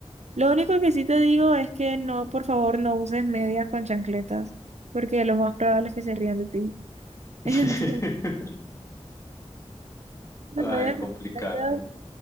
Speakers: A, on the right (about 80°); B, on the left (about 25°).
A: Lo único que sí te digo es que no, por favor, no uses medias con chancletas porque lo más probable es que se rían de ti. <laughs>
B: <laughs>
A: Entonces, las
B: Ay,
A: medias
B: complicado.
A: con chancletas,
B: bueno.